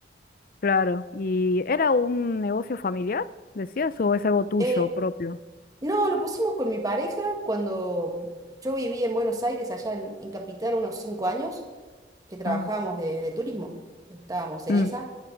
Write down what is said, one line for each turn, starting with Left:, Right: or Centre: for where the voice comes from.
Left: Claro. ¿Y era un negocio familiar, decías, o es algo tuyo
Right: Eh,
Left: propio?
Right: no, lo pusimos con mi pareja cuando yo viví en Buenos Aires, allá en, en Capital, unos cinco años, que trabajábamos
Left: Ah,
Right: de de turismo, estábamos en
Left: mm.
Right: esa.